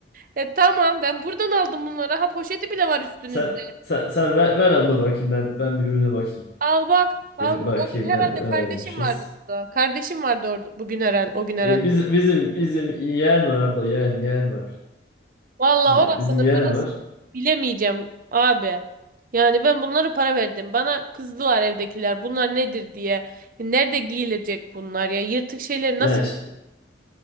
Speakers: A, on the right; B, on the left.
A: E tamam ben buradan aldım bunları. Ha poşeti bile var üstünüzde.
B: Sen sen, sen ver, ver abla bakayım ben ben bir ürüne bakayım.
A: Al bak. Al
B: Bir
A: bak.
B: bakayım
A: O gün herhalde
B: ne, ne
A: kardeşim
B: vermişiz.
A: vardı burada. Kardeşim vardı orada bugün herhalde. O gün herhalde.
B: E, biz, bizim bizim yeğen var abla yeğen yeğen var.
A: Valla
B: Biz-
A: orasını
B: bizim yeğen
A: burasını
B: var.
A: bilemeyeceğim abi. Yani ben bunlara para verdim. Bana kızdılar evdekiler. Bunlar nedir diye. Nerede giyilecek bunlar ya? Yırtık şeyleri
B: Yani
A: nasıl
B: ş-